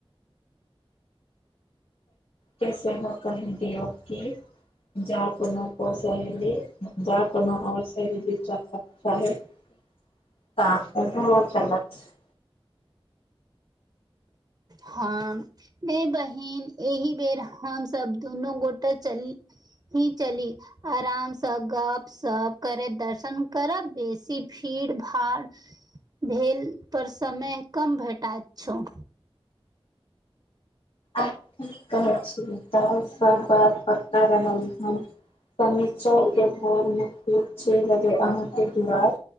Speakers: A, on the left; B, on the right.
A: कैसे मकडौ <unintelligible> कि जा कोनो सी जा कोनो आओर स च <inaudible> त <inaudible>
B: हम नै बहिन एहि बेर हमसब दुनू गोटे चली ही चली। आराम सँ गप- सप करैत दर्शन करब बेसी भीड़- भाड़ भेल पर समय कम भेटायत छौं।
A: आ की कहै छी तैं सब बात बता रहल हँ। शनिचर के भोर मे छे लगे अहाँके दुआर